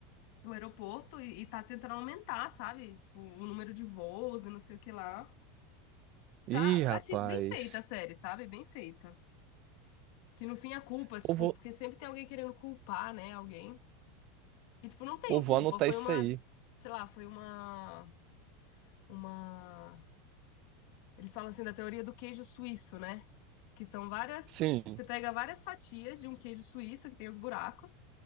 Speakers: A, on the left; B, on the right.
A: o aeroporto e, e tá tentando aumentar, sabe? Tipo, o número de voos e não sei o que lá. Tá,
B: ih, rapaz.
A: achei bem feita a série, sabe? Bem feita. Que no fim a culpa,
B: Pô,
A: tipo,
B: vou,
A: porque sempre tem alguém querendo culpar, né, alguém. E, tipo, não tem
B: pô, vou
A: culpa,
B: anotar
A: foi
B: isso
A: uma,
B: aí.
A: sei lá, foi uma, uma... Eles falam assim da teoria do queijo suíço, né? Que são várias,
B: Sim.
A: você pega várias fatias de um queijo suíço que tem os buracos,